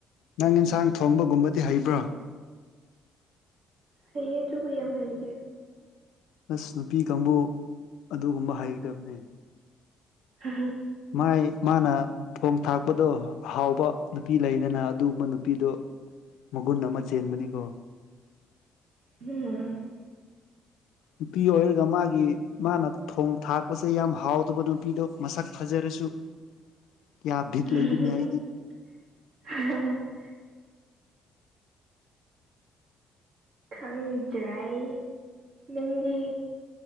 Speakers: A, on the left (about 75°); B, on the right (about 75°).
A: ꯅꯪ ꯏꯟꯁꯥꯡ ꯊꯣꯡꯕꯒꯨꯝꯕꯗꯤ ꯍꯩꯕ꯭ꯔꯣ
B: ꯍꯩꯌꯦ ꯑꯗꯨꯕꯨ ꯌꯥꯝ ꯍꯩꯒꯦ
A: ꯑꯁ ꯅꯨꯄꯤ ꯀꯥꯡꯕꯨ ꯑꯗꯨꯒꯨꯝꯕ ꯍꯩꯗꯕꯅꯦ
B: ꯑꯗꯨ
A: ꯃꯥꯏ ꯃꯥꯅ ꯊꯣꯡ ꯊꯥꯛꯄꯗꯣ ꯍꯥꯎꯕ ꯅꯨꯄꯤ ꯂꯩꯗꯅ ꯑꯗꯨꯒꯨꯝꯕ ꯅꯨꯄꯤꯗꯣ ꯃꯒꯨꯟ ꯑꯃ ꯆꯦꯟꯕꯅꯤꯀꯣ
B: <inaudible>
A: ꯅꯨꯄꯤ ꯑꯣꯏꯔꯒ ꯃꯥꯒꯤ ꯃꯥꯅ ꯊꯣꯡ ꯊꯥꯛꯄꯁꯦ ꯌꯥꯝ ꯍꯥꯎꯗꯕ ꯅꯨꯄꯤꯗꯣ ꯃꯁꯛ ꯐꯖꯔꯁꯨ
B: <unintelligible>
A: ꯀꯌꯥ ꯕꯤꯠ ꯂꯩꯗꯨꯅꯦ ꯑꯩꯗꯤ
B: ꯈꯪꯗ꯭ꯔꯥꯏ ꯅꯪꯗꯤ